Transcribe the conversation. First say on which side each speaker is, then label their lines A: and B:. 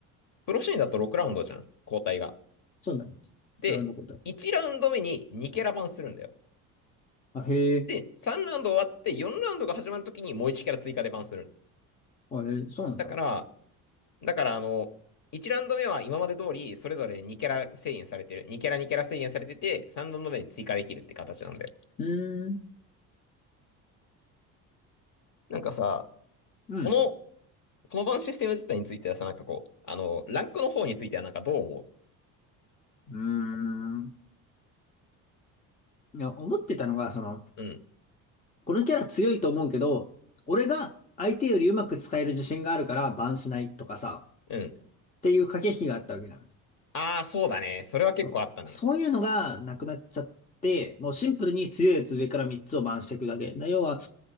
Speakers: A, on the left (about 50°); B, on the left (about 20°).
A: プロシーンだと6ラウンドじゃん、交代が。
B: そうだね。
A: で、
B: ブラウンドこと。
A: 1ラウンド目に2キャラバンするんだよ。
B: あ、へえ。
A: で、3ラウンド終わって4ラウンドが始まるときにもう1キャラ追加でバンする
B: あれ、そうなんだ。
A: だから、
B: う
A: だからあの、1ラウンド目は今まで通りそれぞれ2キャラ制限されてる。2キャラ2キャラ制限されてて、3ラウンド目に追加できるって形なんだよ。
B: ーん。
A: なんかさ、
B: うん。
A: このこの場のシステム自体についてはさ、なんかこう、あの、ランクの方についてはなんかどう思う
B: うーん。いや、思ってたのが、その、
A: うん、
B: このキャラ強いと思うけど、俺が相手よりうまく使える自信があるからバンしないとかさ、
A: うん。
B: っていう駆け引きがあったわけじゃん。
A: ああ、そうだね。それは結構あったね。
B: そうそういうのがなくなっちゃって、もうシンプルに強いやつ上から3つをバンしていくだけ。な要は、